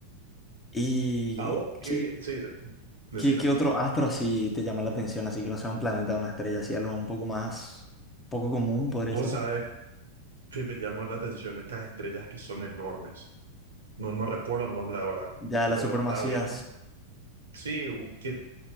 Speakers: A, on the left; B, on the right.
A: ¿Y
B: A vos, que,
A: qué,
B: sí, decime,
A: qué, qué otro astro así te llama la atención? Así que no sea un planeta o una estrella, así algo un poco más, poco común podría
B: vos
A: ser,
B: sabés
A: ¿no?
B: que me llaman la atención estas estrellas que son enormes. No, no recuerdo el nombre ahora,
A: Ya
B: pero
A: las supermasivas
B: estaba viendo. Sí, u- que,